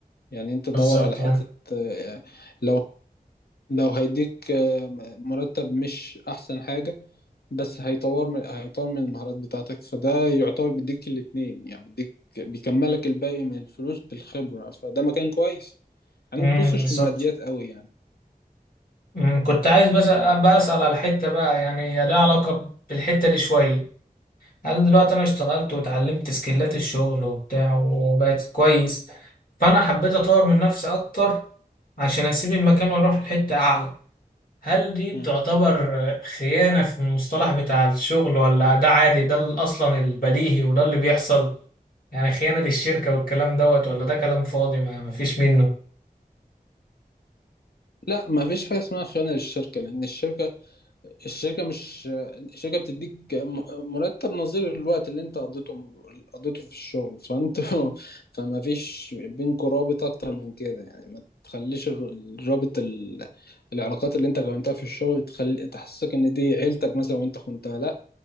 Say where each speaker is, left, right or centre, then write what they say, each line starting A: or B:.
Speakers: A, on the left; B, on the left.
A: يعني انت دور
B: بالظبط
A: على حتة
B: آه.
A: آه، لو لو هيديك آه، مرتب مش احسن حاجة بس هيطور من هيطور من المهارات بتاعتك فده يعتبر بيديك الاتنين يعني بيديك بيكملك الباقي من الفلوس بالخبرة فده مكان كويس يعني
B: أمم،
A: ما تبصش
B: بالظبط
A: للماديات قوي يعني
B: أمم، كنت عايز بس بقى اسال على الحته بقى يعني هي ليها علاقه بالحته دي شويه هل دلوقتي انا اشتغلت واتعلمت سكيلات الشغل وبتاع وبقت كويس فانا حبيت اطور من نفسي اكتر عشان اسيب المكان واروح لحتة اعلى هل دي بتعتبر
A: مم.
B: خيانة في المصطلح بتاع الشغل ولا ده عادي ده ال- اصلا البديهي وده اللي بيحصل يعني خيانة للشركة والكلام دوت ولا ده كلام فاضي ما ما فيش منه
A: لا ما فيش حاجة اسمها خيانة للشركة لأن الشركة الشركة مش الشركة بتديك م- مرتب نظير الوقت اللي انت قضيته قضيته في الشغل فانت <laughs> فما فيش بينكوا رابط اكتر من كده يعني ما تخليش الر- الرابط ال... العلاقات اللي انت كونتها في الشغل تخلي تحسسك ان دي عيلتك مثلا وانت خنتها لا